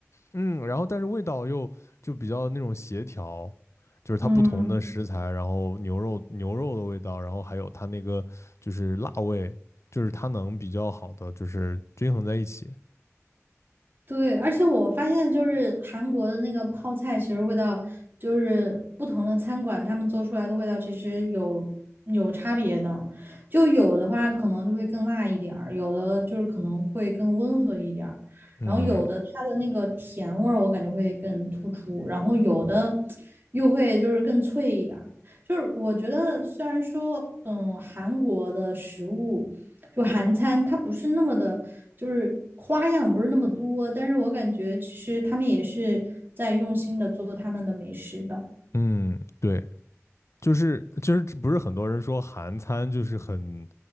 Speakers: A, on the left; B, on the right.
A: 嗯，然后但是味道又就比较那种协调。就是它不同的食材，
B: 嗯，
A: 然后牛肉牛肉的味道，然后还有它那个就是辣味，就是它能比较好的就是均衡在一起。
B: 对，而且我发现就是韩国的那个泡菜，其实味道就是不同的餐馆他们做出来的味道其实有有差别的，就有的话可能就会更辣一点儿，有的就是可能会更温和一点儿，
A: 嗯
B: 然后有的它的那个甜味儿我感觉会更突出，然后有的又会就是更脆一点儿。就是我觉得虽然说，嗯，韩国的食物。就韩餐它不是那么的，就是花样不是那么多，但是我感觉其实他们也是在用心的做他们的美食的。
A: 嗯，对，就是就是不是很多人说韩餐就是很，